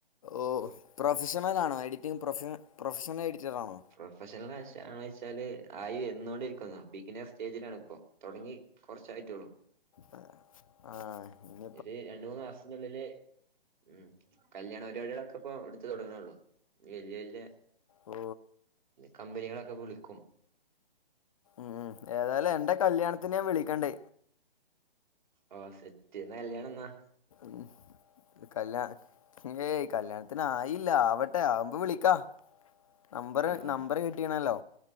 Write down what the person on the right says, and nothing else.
പ്രൊഫഷണലാണോയ്ച്ചാല് ആയന്നോണ്ടിരിക്കുന്നു. ബികിന സ്റ്റേജിലാണ് പ്പോ തൊടങ്ങി കൊർച്ചായിട്ടേള്ളൂ
ഒര് രണ്ട് മൂന്ന് മാസത്തിന്റെ ഉള്ളില് മ് കല്യാണ പരിപാടികളൊക്കെ പ്പൊ എടുത്ത് തൊടങ്ങണള്ളൂ വല്യ വല്യ
കമ്പനികളൊക്കെ വിളിക്കും
ഓ സെറ്റ് അന്റെകല്യാണം ന്നാ?
ആഹ്